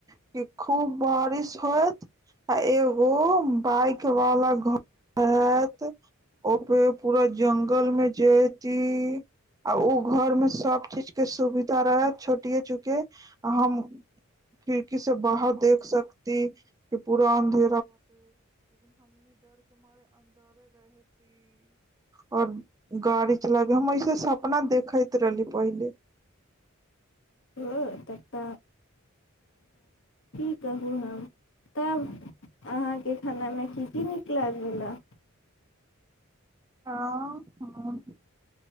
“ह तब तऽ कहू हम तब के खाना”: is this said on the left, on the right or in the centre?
Left